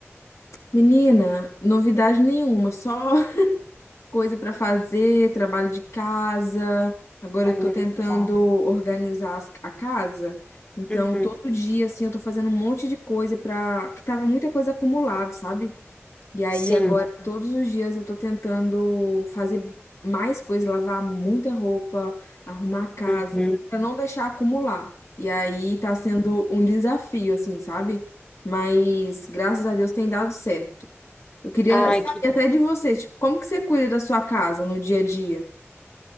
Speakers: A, on the left; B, on the left.
A: Menina, novidade nenhuma, só <laughs> coisa pra fazer, trabalho de casa. Agora
B: Ai,
A: eu tô
B: nem
A: tentando
B: me fala.
A: organizar as- a casa. Então,
B: Uhum,
A: todo dia assim, eu tô fazendo um monte de coisa pra que tava muita coisa acumulada, sabe? E aí
B: Sim.
A: agora todos os dias eu tô tentando fazer mais coisas, lavar muita roupa, arrumar a casa,
B: Uhum.
A: pra não deixar acumular. E aí tá sendo um desafio, assim, sabe? Mas graças a Deus tem dado certo. Eu queria
B: Ai,
A: saber
B: que
A: até de você, tipo, como que você cuida da sua casa no dia a dia?